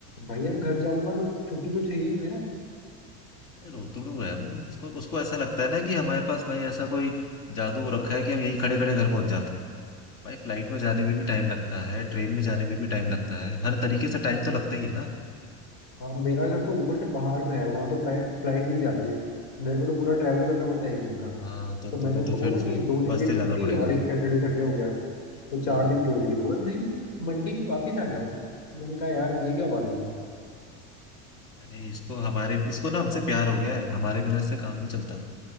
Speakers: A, on the left; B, on the left.
A: भाई यार घर जाऊंगा तो छुट्टी तो चाहिए ना
B: रोतड़ू है वो उसको उसको ऐसा लगता है ना कि हमारे पास भाई ऐसा कोई जादू रखा है कि हम यहीं खड़े खड़े घर पहुंच जाते हैं भाई फ्लाइट में जाने में भी टाइम लगता है ट्रेन में जाने में भी टाइम लगता है हर तरीके से टाइम तो लगता ही है ना
A: हाँ मेरा घर तो ऊपर से पहाड़ में है वहाँ तो फ्लाइट फ्लाइट भी नहीं जाती है मेरे को तो पूरा ट्रैवल करना पड़ता है एक दिन का
B: हाँ तो
A: तो मैंने
B: तुम्हें
A: उसको
B: तो फिर
A: बोला
B: फिर
A: कि दो दिन
B: बस
A: की
B: से
A: छुट्टी
B: जाना पड़ेगा
A: और एक सैटरडे संडे हो गया तो चार
B: हम्म
A: दिन की हो जाएगी बोला नहीं मंडे को वापस आ जाओ मैंने कहा यार ये क्या बात हुई
B: अरे इसको हमारे इसको ना हमसे प्यार हो गया है हमारे बिना इससे काम नहीं चलता